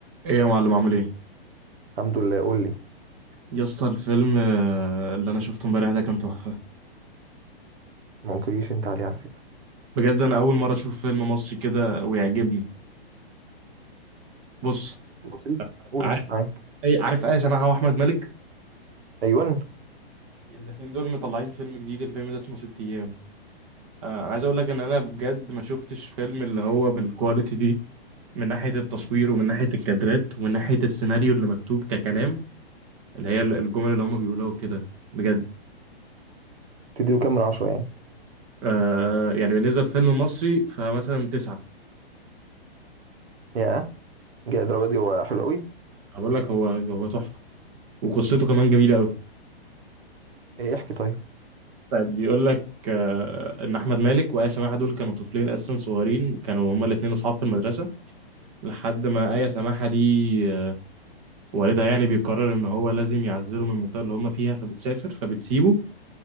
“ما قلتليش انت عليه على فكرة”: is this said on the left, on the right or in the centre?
Right